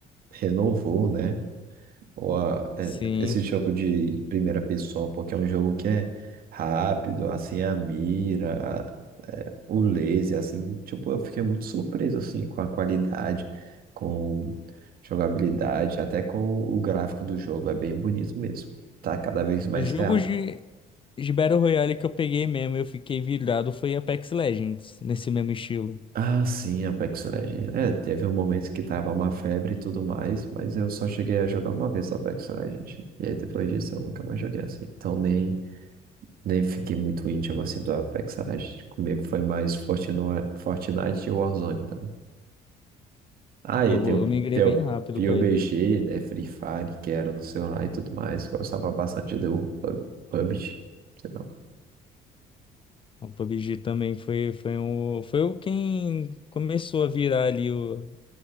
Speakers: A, on the right (about 60°); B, on the left (about 30°).
A: renovou, né? Ou a- é-
B: Sim.
A: esse jogo de primeira pessoa, porque é um jogo que é rápido, assim, a mira, é, o laser, assim, tipo, eu fiquei muito surpreso, assim, com a qualidade, com jogabilidade, até com o gráfico do jogo, é bem bonito mesmo. Tá cada vez mais
B: Jogos
A: real.
B: de, de Battle Royale que eu peguei mesmo, eu fiquei virado, foi Apex Legends, nesse mesmo estilo.
A: Ah, sim, Apex Legends. É, teve um momento que tava uma febre e tudo mais, mas eu só cheguei a jogar uma vez Apex Legends. E aí depois disso eu nunca mais joguei assim. Então nem Nem fiquei muito íntimo assim do Apex Legends. Comigo foi mais Fortnite, Fortnite e Warzone também. Ah, e
B: Eu,
A: tem,
B: vou-
A: o-
B: eu migrei
A: tem
B: bem
A: o
B: rápido
A: PUBG,
B: pra ele.
A: né? Free Fire, que era no celular e tudo mais. Gostava bastante do Pub- PUBG. Sei lá.
B: O PUBG também foi, foi, um, foi o quem começou a virar ali o